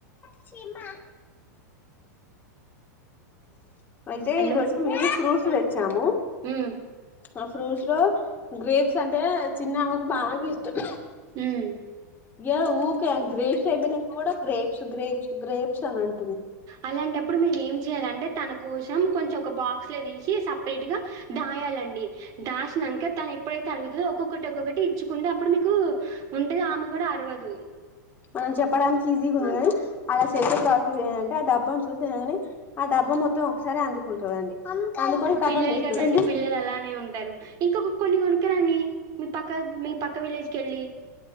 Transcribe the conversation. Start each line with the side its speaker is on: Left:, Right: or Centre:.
Left: ఎమ అయితే
Right: హలో!
Left: ఈ రోజు మీరు ఫ్రూట్ ప్లేచ్చాము
Right: హ్మ్
Left: ఆ ఫ్రూట్స్ లో గ్రేప్స్ అంటే చిన్నమకు బాగా ఇష్టం
Right: హ్మ్
Left: యా ఊకే గ్రేప్స్ అయిపోయినక కూడా గ్రేప్స్ గ్రేప్స్ గ్రేప్స్ అనం
Right: అలాంటప్పుడు మీరు ఏం చెయాలంటే తనకు కొం చెమ్ బాక్స్ ల తీసి సెపరేట్ గా దాయాలండి దాస్ నంక తను ఎప్పుడైతే అడుగుతుదో ఒక్కొక్కటి ఒక్కొక్కటి ఇచ్చుకుంటే అప్పుడు మీకు ఉండదు ఆమె కూడా అరవదు
Left: మనం చెప్పడానికి ఈజీగా ఉంది గాని అలా చేసే ప్రాసెస్ంటే ఆ డబ్బాని చూసినకాని ఆ డబ్బా మొత్తం ఒకసారే అందుకుం టదండి అందుకని కథం
Right: పిల్లలు
Left: చేస్తదండి
Right: గదండీ పిల్లలు అలానే ఉంటారు. ఇంకొక కొన్ని కొనుకరండి మీ పక్క మీ పక్క విలేజ్ కెళ్ళి